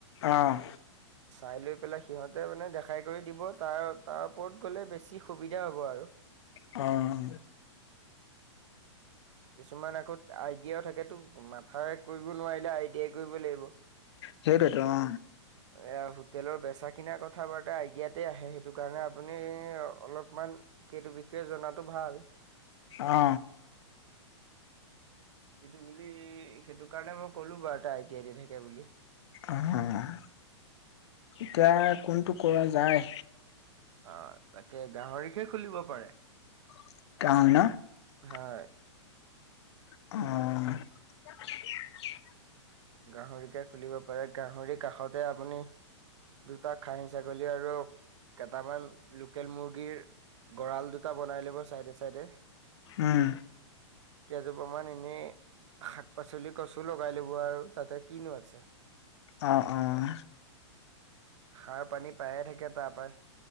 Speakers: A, on the left; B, on the right.
A: অ'!
B: চাই লৈ পেলাই সিহঁতে মানে দেখাই কৰি দিব তাৰ, তাৰ ওপৰত গ'লে বেছি সুবিধা হ'ব আৰু।
A: অ'!
B: <inaudible> কিছুমান আকৌ আইডিয়াও থাকেতো মাথাৰে কৰিব নোৱাৰিলে আই সেই কৰিব লাগিব। এইয়া,
A: সেইটোৱেতো অ
B: হোটেলৰ বেচা-কিনা কথা-বাৰ্তা ইয়াতে আহে। সেইটো কাৰণে, আপুনি অলপমান সেইটো বিষয়ে জনাটো ভাল।
A: অ।
B: সেইটো বুলি, সেইটো কাৰণে, মই ক'লো বাৰু এটা, আই টি আই দি থাকে, বুলি।
A: অ', এতিয়া কোনটো কৰা যায়।
B: আহ, তাকে গাহৰিকে খুলিব পাৰে।
A: <inaudible>
B: হয়।
A: অ'।
B: গাহৰিকে খুলিব পাৰে, গাহৰি কাষতে আপুনি দুটা খাহী ছাগলী আৰু কেইটামান ল লোকেল মুৰ্গীৰ গঁড়াল দুটা বনাই ল'ব, চাইডে- চাইডে।
A: উম।
B: কেইজোপামান এনে শাক-পাচলি গছো লগাই লব আৰু। তাতে কিনো আছে?
A: অ, অঁ।
B: সাৰ-পানী পাইয়ে থাকে, তাৰপৰা।